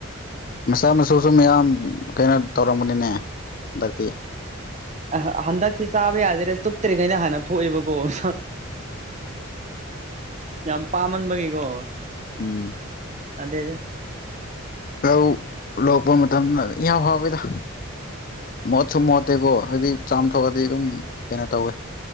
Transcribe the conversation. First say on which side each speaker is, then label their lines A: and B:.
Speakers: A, on the left (about 40°); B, on the right (about 35°).
A: ꯃꯆꯥ ꯃꯁꯨꯁꯨ ꯃꯌꯥꯝ ꯀꯩꯅꯣ ꯇꯧꯔꯝꯃꯅꯤꯅꯦ ꯍꯟꯗꯛꯇꯤ
B: ꯑ ꯍꯟꯗꯛꯇꯤ ꯆꯥꯕ ꯌꯥꯗꯦꯗ ꯆꯨꯞꯇ꯭ꯔꯤꯉꯩꯩꯅ ꯍꯥꯟꯅ ꯊꯣꯛꯑꯦꯕ ꯕꫭ ꯁ ꯌꯥꯝ ꯄꯥꯝꯃꯟꯕꯒꯤꯀꯣ
A: ꯎꯝ
B: ꯑꯗꯩꯗ
A: ꯂꯧ ꯔꫭꯛꯄ ꯃꯇꯝꯗ ꯌꯥꯝ ꯍꯥꯎꯋꯦꯗ ꯃꯣꯠꯁꯨ ꯃꯣꯠꯇꯦꯀꯣ ꯍꯥꯏꯕꯗꯤ ꯆꯥꯝꯊꯣꯛꯑꯗꯤ ꯑꯗꯨꯝ ꯀꯩꯅꯣ ꯇꯧꯋꯦ